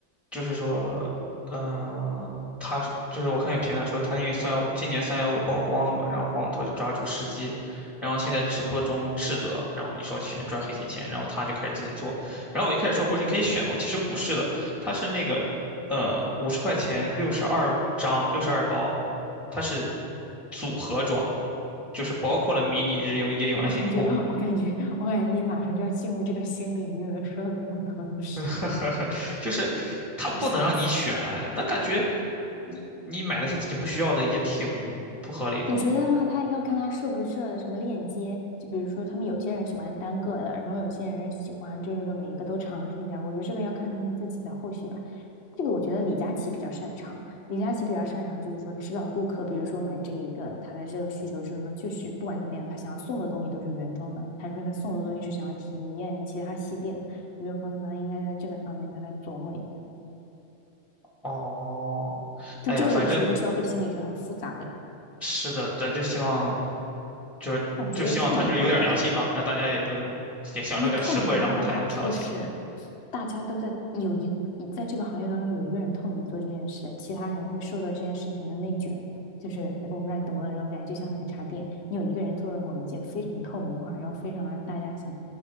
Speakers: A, in the centre; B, on the left (about 65°).
A: 就是说，嗯、他是就是我看有评论说他因为三幺五今年三幺五曝光了嘛，然后黄子韬就抓住时机，然后现在直播中斥责，然后你说这些人赚黑心钱，然后他就开始自己做，然后我一开始说不是你可以选吗？其实不是的，他是那个呃五十块钱六十二张六十二包，它是组合装。就是包括了迷你日用、夜用、
B: <laughs>
A: 安心裤，
B: 我感觉，我感觉，我感觉你马上就要进入这个新领域了，说的我头头是道，
A: <laughs> 呵呵呵，就是他不能让你选，
B: 我吓死。
A: 那感觉你你买了些自己不需要的也挺不合理的。
B: 我觉得的话，他要看他设不设的什么链接，就比如说他们有些人喜欢单个的，然后有些人喜欢就是说每一个都尝试一下。我觉得这个要看他们自己的后续吧。这个我觉得李佳琦比较擅长，李佳琦比较擅长就是说知道顾客，比如说买这一个他的这个需求，就是说就是不管怎么样，他想要送的东西都是原装的，还是说他送的东西是想要体验其他系列的？我觉得黄子韬应该在这个方面他再琢磨一下，
A: 哦，
B: 就这个也是一个消费心理学很复杂的，
A: 哎呀，反正是的，咱就希望就就希望他就有点良心吧，
B: 我觉得透明化也好，
A: 让大家也能也享受点实惠，
B: 而且透明化的好处是
A: 然后他也能挣到钱。
B: 大家都在有一在这个行业当中有一个人透明做这件事，其他人会受到这件事情的内卷。就是我不知道你懂不懂这种感觉，就像奶茶店，你有一个人做了某一件非常透明化，然后非常让大家想，